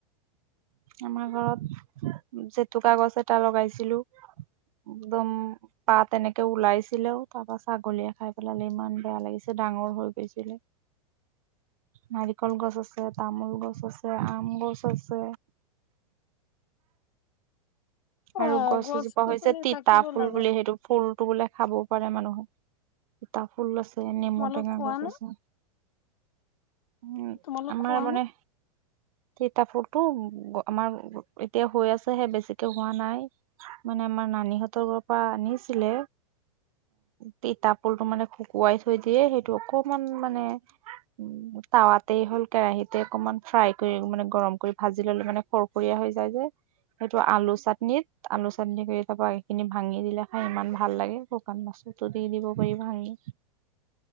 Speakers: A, on the right; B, on the left.
A: আমাৰ ঘৰত জেতুকা গছ এটা লগাইছিলো একদম পাত এনেকে ওলাইছিলেও তাৰপৰা ছাগলীয়ে খাই পেলালে ইমান বেয়া লাগিছে ডাঙৰ হৈ গৈছিলে নাৰিকল গছ আছে তামোল গছ গছ আছে আম গছ আছে
B: অ
A: আৰু গছ এজোপা
B: গছনি
A: হৈছে তিতা
B: থাকিব
A: ফুল
B: লাগে
A: বুলি সেইটো ফুল এইটো বুলে খাবও পাৰে মানুহে তিতা ফুল আছে। দে নেমু
B: তোমালোক
A: টেঙা
B: খোৱা
A: গছ
B: নে
A: আছে। উ
B: তোমালোক
A: আমাৰ
B: খোৱা
A: মানে
B: নে
A: তিতা ফুলটো আমাৰ এতিয়া হৈ আছেহে বেছি এইটো হোৱা নাই মানে আমাৰ নানীহঁতৰ ঘৰৰ পৰা আনিছিলে তিতা ফুলটো মানে শুকুৱাই থৈ দিয়ে সেইটো অকমান মানে উম তাৱাতেই হ'ল কেৰাহিতে অকমান ফ্ৰাই কৰি মানে গৰম কৰি ভাজি ললে মানে খৰখৰীয়া হৈ যায় যে সেইটো আলু চাটনিত আলু চাটনি কৰি তাৰপৰা এইখিনি ভাঙি দিলে খাই ইমান ভাল লাগে শুকান মাছুতটো দি দিব পাৰি ভাঙি।